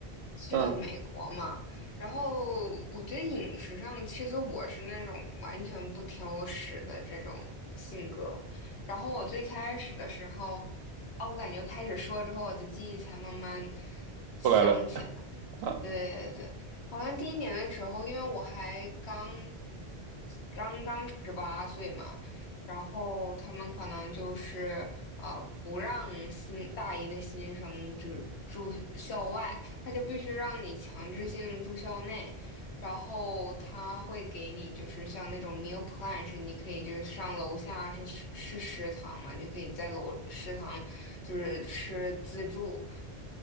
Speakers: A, on the left (about 85°); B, on the right (about 75°).
A: 去的美国嘛，
B: 嗯，
A: 然后我觉得饮食上，其实我是那种完全不挑食的这种性格。然后我最开始的时候，啊，我感觉开始说之后，我的记忆才慢慢想起来。
B: 过来了啊，
A: 对对对，好像第一年的时候，因为我还刚刚刚十八岁嘛，然后他们可能就是呃不让新大一的新生就是住校外，他就必须让你强制性住校内，然后他会给你就是像那种 meal plan，是你可以就是上楼下是吃食堂嘛，你就可以在楼食堂就是吃自助。